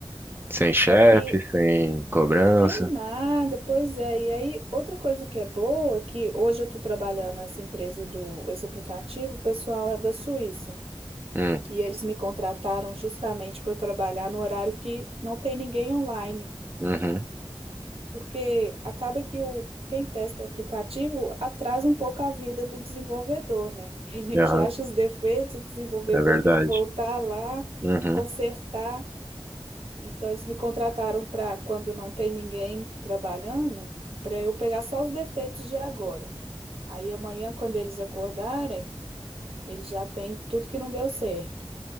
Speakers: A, on the right; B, on the right.
A: Sem chefe,
B: Só que
A: sem cobrança.
B: tem nada, pois é. E aí, outra coisa que é boa, é que hoje eu estou trabalhando essa empresa do, esse aplicativo, o pessoal é da Suíça.
A: Hum,
B: E eles me contrataram justamente para eu trabalhar no horário que não tem ninguém online.
A: uhum,
B: Porque acaba que o, quem testa o aplicativo atrasa um pouco a vida do desenvolvedor, né? Porque a gente
A: aham,
B: acha os defeitos, o desenvolvedor
A: é verdade.
B: tem que voltar lá,
A: Uhum.
B: consertar. Então eles me contrataram para quando não tem ninguém trabalhando, para eu pegar só os defeitos de agora. Aí amanhã, quando eles acordarem, eles já têm tudo que não deu certo,